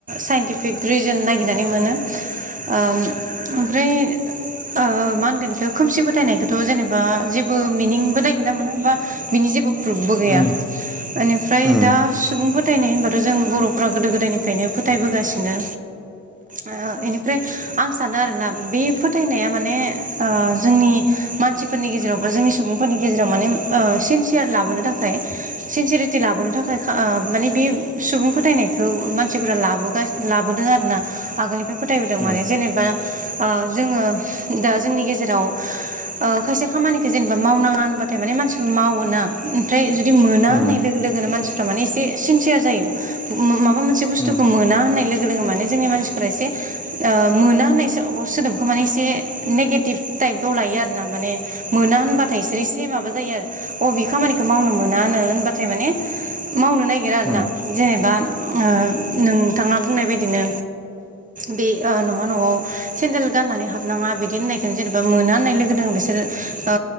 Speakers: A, on the right (about 25°); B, in the centre.
A: साइन्टिफिक रिजोन नागिरनानै मोनो ओ ओमफ्राय ओ मा होनगोन इखौ खोमसि फोथायनायखौथ' जेनेबा जेबो मिनिंबो नागिरना मोना बा बिनि जेबो प्रुफबो गैया।
B: उम
A: इनिफ्राय
B: उम
A: दा सुबुं फोथायनाय होनबाथ' जों बर' बर'आ गोदो गोदायनिफ्रायनो फोथायबोगासिनो। ओ इनिफ्राय आं सानो आरोना बे फोथायनाया माने ओ जोंनि मानसिफोरनि गेजेराव बा जोंनि सुबुंफोरनि गेजेराव माने ओ सिनसियार लाबोनो थाखाय सिनसियारेटि लाबोनो थाखाय ओ माने बे सुबुं फोथायनायखौ मानसिफोरा लाबोगा लाबोदों आरोना आगोलनिफ्राय फोथायबोदों
B: उम
A: माने जेनेबा ओ जोङो दा जोंनि गेजेराव ओ खायसे खामानिखौ जेनेबा मावनाङा होनबाथाय माने मानसिफ्रा मावो ना ओमफ्राय जुदि मोना
B: उम
A: होननाय लोगो लोगो मानसिफ्रा माने एसे सिनसियार जायो। माबा मोनसे बुस्थुखौ
B: उम
A: मोना होननाय लो गो लोगो जोंनि मानसिफोरा एसे ओ मोना होननाय सोदोबखौ माने एसे नेगेटिभ टाइपाव लायो आरोना माने मोना होनबाथाय इसोर एसे माबा जायो आरो अबे खामानिखौ मावनो मोनानो होनबाथाय माने मावनो नागिरा आरोना
B: उम
A: जेनेबा ओ नोंथाङा बुंनाय बायदिनो बे ओ न'मा न'आव सेन्देल गाननानै हाबनाङा बिदि होननायखौ जेनेबा मोना होननाय लोगो लोगो बिसोर ओ